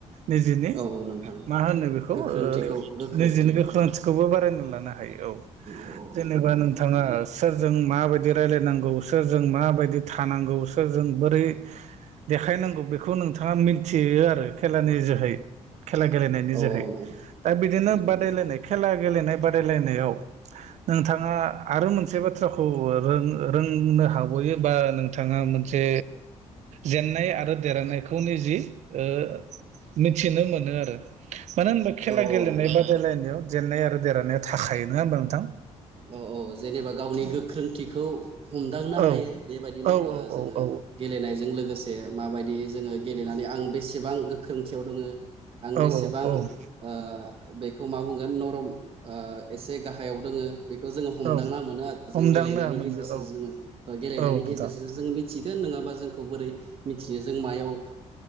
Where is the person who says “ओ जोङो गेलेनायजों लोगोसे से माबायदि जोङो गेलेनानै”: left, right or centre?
Right